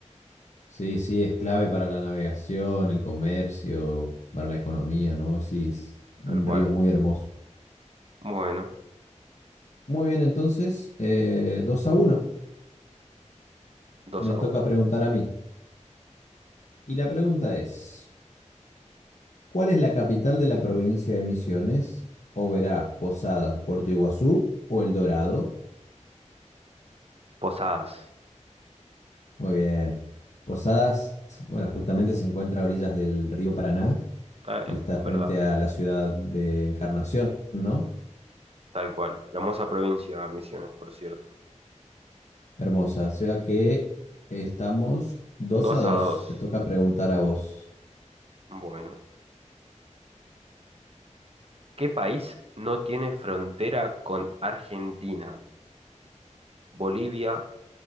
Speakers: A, on the left (about 65°); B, on the right (about 50°).
A: Sí, sí, es clave para la navegación, el comercio, para la economía, ¿no? Sí, es un
B: tal cual.
A: río muy hermoso.
B: Bueno,
A: Muy bien, entonces, eh, 2 a uno.
B: dos
A: Me
B: a
A: toca
B: uno.
A: preguntar a mí. Y la pregunta es, ¿cuál es la capital de la provincia de Misiones? Oberá, Posadas, Puerto Iguazú o El Dorado?
B: Posadas,
A: Muy bien. Posadas, bueno, justamente se encuentra a orillas del río Paraná
B: ta- eh,
A: y está
B: ¿verdad?
A: frente a la ciudad de Encarnación, ¿no?
B: Tal cual. Hermosa provincia, Misiones, por cierto.
A: Hermosa, o sea que estamos dos
B: 2
A: a dos
B: a 2.
A: Te toca preguntar a vos.
B: Bueno. ¿Qué país no tiene frontera con Argentina, Bolivia,